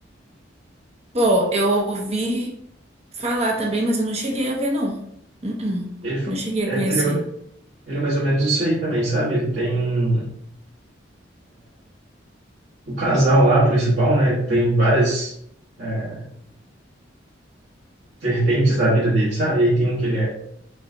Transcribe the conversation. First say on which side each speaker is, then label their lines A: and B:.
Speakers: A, on the right; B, on the right.
A: Pô, eu ouvi falar também, mas eu não cheguei a ver, não. Uh-uh.
B: Ele, fa-
A: Não cheguei
B: é,
A: a conhecer.
B: ele, é, ma- ele é mais ou menos isso aí também, sabe? Ele tem um, o casal lá principal, né? Tem várias é, vertentes da vida dele, sabe? E aí tem um que ele é,